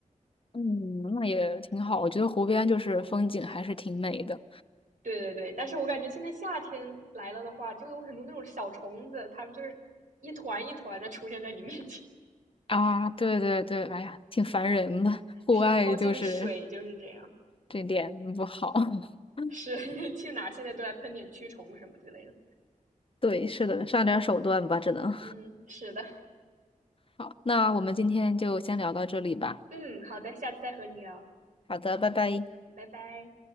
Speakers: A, on the left; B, on the right.
A: 嗯，那也挺好，我觉得湖边就是风景还是挺美的。
B: 对对对，但是我感觉现在夏天来了的话，就有很多那种小虫子，它们就是一团一团的出现在你面前，
A: 啊，对对对，哎呀，挺烦人的。
B: <laughs>
A: 户外就是
B: 是靠近水就是这样，
A: 这点不好。<laughs>
B: 是 <laughs> 去哪儿现在都来喷点驱虫什么之类的。
A: 对，是的，上点手段吧，只能。
B: 嗯，是的，
A: 好，那我们今天就先聊到这里吧。
B: 嗯，好的，下次再和你聊，
A: 好的，拜拜。
B: 拜拜。